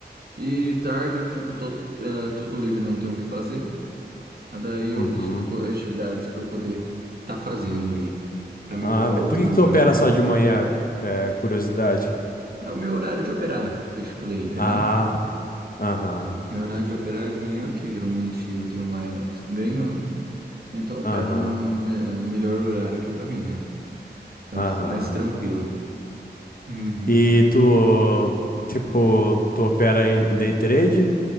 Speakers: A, on the right (about 60°); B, on the left (about 55°).
A: e de tarde eu fico todo, tudo livre, não tenho o que fazer. Daí eu
B: Uhum.
A: busco co- atividades para eu poder tá fazendo aí, para me
B: Ah,
A: ocupar
B: le-
A: o
B: por
A: tempo,
B: que que tu opera
A: né?
B: só de manhã? É, curiosidade.
A: É o meu horário de operar que eu estipulei, entendeu?
B: Ah, aham,
A: Né? Meu horário de operar é de manhã, que geralmente eu tenho mais ganho, né? Então eu
B: aham.
A: opero no, no me- no melhor horário que é pra mim, né? Então
B: Aham.
A: eu fico mais tranquilo. Uhum.
B: E tu, tipo, tu opera em day trade?